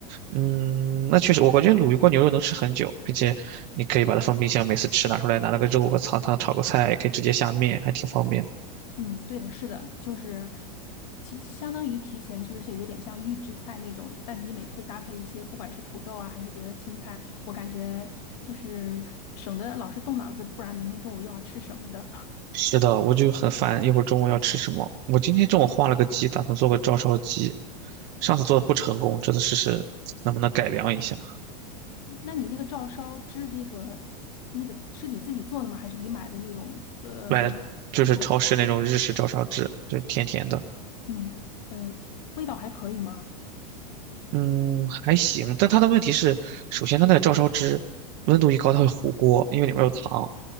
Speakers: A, on the right; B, on the left.
A: 嗯，那确实，我感觉卤一锅牛肉能吃很久，并且你可以把它放冰箱，每次吃拿出来，拿那个肉和汤汤炒个菜，也可以直接下面，还挺方便的。
B: 嗯，对的，是的，就是提相当于提前，就是有点像预制菜那种，但是你每次搭配一些，不管是土豆啊还是别的青菜，我感觉就是省得老是动脑子，不然明天中午又要吃什么的。
A: 是的，我就很烦，一会儿中午要吃什么？我今天中午画了个鸡，打算做个照烧鸡，上次做的不成功，这次试试能不能改良一下。
B: <laughs> 那你那个照烧汁那个那个是你自己做的吗？还是你买的那种呃
A: 买的就是超市那种日式照烧汁，
B: 买
A: 就是甜甜的。
B: 嗯呃味道还可以吗？
A: 嗯，还行，但它的问题是，首先它那个照烧汁温度一高，它会糊锅，因为里面有糖。